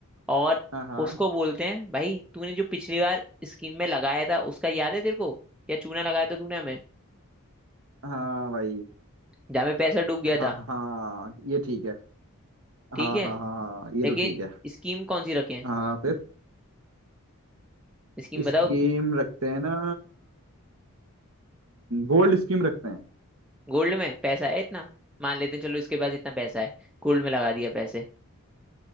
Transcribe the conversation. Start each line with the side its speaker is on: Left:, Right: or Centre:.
Centre: और
Right: हाँ हाँ
Centre: उसको बोलते हैं भाई तूने जो पिछली बार स्कीम में लगाया था उसका याद है तेरे को क्या चूना लगाया था तूने हमें
Right: हाँ भाई
Centre: जहाँ में पैसा डूब गया
Right: हाँ
Centre: था
Right: हाँ ये ठीक है
Centre: ठीक
Right: हाँ
Centre: है
Right: हाँ हाँ हाँ ये
Centre: लेकिन
Right: तो ठीक है
Centre: स्कीम कौन सी रखें
Right: हाँ फिर
Centre: स्कीम बताओ
Right: स्कीम रखते हैं ना गोल्ड स्कीम रखते हैं
Centre: गोल्ड में पैसा है इतना मान लेते हैं चलो इसके पास इतना पैसा है गोल्ड में लगा दिया पैसे